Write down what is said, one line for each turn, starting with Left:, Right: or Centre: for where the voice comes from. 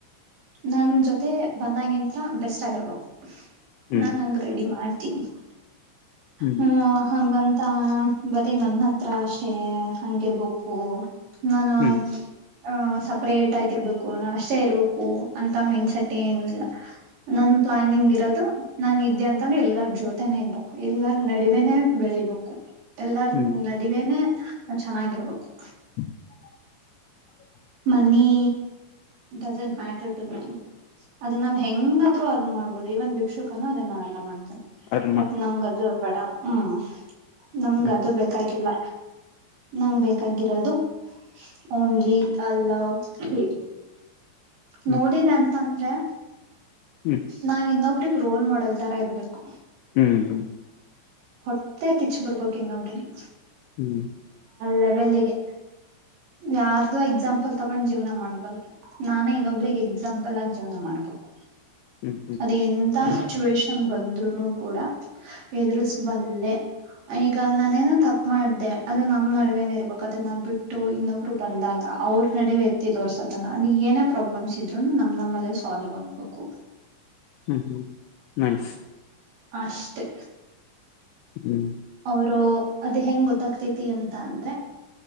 Right: ನನ್ ಜೊತೆ ಬಂದಂಗಂತರ ಬೆಸ್ಟ್ ಆಗಿರ್ಬೇಕು
Left: ಹ್ಮ್
Right: ನಾನ್ ಹಂಗ ರೆಡಿ ಮಾಡ್ <unintelligible>
Left: ಹ್ಮ್
Right: ಹ್ಮ ಹಂಗಂತ್ ತ್ತಾ ಬರೀ ನನ್ನ ಹತ್ರ ಅಷ್ಟೆ ಹಂಗಿರ್ಬೇಕು ನಾನು
Left: ಹ್ಮ್
Right: ಆ ಸಪರೇಟ್ ಆಗಿರ್ಬೇಕು ನಾವ ಅಷ್ಟೇ ಇರ್ಬೇಕು ಅಂತ ಮೈಂಡ್ಸೆಟ್ ಏನು ಇಲ್ಲ ನನ್ ಪ್ಲಾನಿಂಗ್ ಇರೋದು ನಾನ್ ಇದ್ದೆ ಅಂತಂದ್ರೆ ಎಲ್ಲಾರ ಜೋತೆನೇ ಇರ್ಬೇಕು ಎಲ್ಲರ ನಡುವೇನೆ ಬೆಳಿಬೇಕು ಎಲ್ಲಾರ್
Left: ಹ್ಮ್
Right: ನಡಿವೇನೆ ಚೆನ್ನಾಗಿರ್ಬೇಕು
Left: <inaudible>
Right: ಮನಿ ಡಸಂಟ್ ಮ್ಯಾಟರ್ ಟ ಮೀ ಅದನ್ನ ನಾವು ಹೆಂಗಾದ್ ಅರ್ನ್ ಮಾಡ್ಬೋದು ಅದನ್ನ್ ಭಿಕ್ಷುಕನು ಅದನ್ನ ಅರ್ನ್ ಮಾಡ್
Left: ಅರ್ಮ
Right: ಬಟ್ ನಂಗ ಅದು ಬೇಡ ಹ್ಮ ನಮಗ
Left: ಹ್ಮ್
Right: ಅದು ಬೇಕಾಗಿಲ್ಲ ನಂಗೆ ಬೇಕಾಗಿರೋದು ಓನ್ಲಿ <unintelligible>
Left: ಹ್ಮ್
Right: ನೋಡಿದೆ ಅಂತಂದ್ರೆ
Left: ಹ್ಮ್
Right: ನಾವ ಇನ್ನೊಬ್ಬ ರೋಲ್ ಮಾಡೆಲ್ ತರ ಇರಬೇಕು
Left: ಹ್ಮ್ ಹ್ಮ್
Right: ಹೊಟ್ಟೆ ಕಿಚ್ಚಿ ಬರ್ಬೋಕ್ ಇನೋಬ್ಬರಿಗೆ
Left: ಹ್ಮ್
Right: ಲೆವೆಲ್ಗೆ ಯಾರ್ದು ಎಕ್ಸಾಂಪಲ್ ತಗೊಂಡ್ ಜೀವನ ಮಾಡಬಲ್ಗೆ ನಾನ ಇನ್ನೊಬ್ರಿಗೆ ಎಕ್ಸಾಮ್ ಲ್ಲ ಜೀವನ ಮಾಡಬೇಕು
Left: ಹ್ಮ್ ಹ್ಮ್
Right: ಅದ ಎಂತ ಸಿಚುವೇಷನ್ ಬಂದ್ರುನು ಕೂಡ ಎದ್ರಸ್ಬಲ್ಲೆ ಈಗ ನಾನೇನ ತಪ್ಪ ಮಾಡ್ದೆ ಅದು ನಮ್ ನಡುವೇನ ಇರ್ಬೇಕು ಅದನ್ನ ಬಿಟ್ಟು ಇನ್ನೊಬ್ರು ಬಂದಾಗ ಅವ್ರ ನಡುವೇ ಎತ್ತಿ ತೋರ್ಸೋ ಬನ್ನ ಅದು ಏನೇ ಪ್ರಾಬ್ಲಮ್ಸ್ ಇದ್ರುನು ನಮ್ ನಮ್ಮಲ್ಲ ಸಾಲ್ವ್ ಆಗ್ಬೇಕು ಕು
Left: ಹ್ಮ್ ಹ್ಮ್ ನೈಸ್
Right: ಅಷ್ಟೇ
Left: ಹ್ಮ್
Right: ಅವರು ಅದು ಹೆಂಗ ಗೊತ್ತಾಗ್ತೈತಿ ಅಂತ ಅಂದ್ರೆ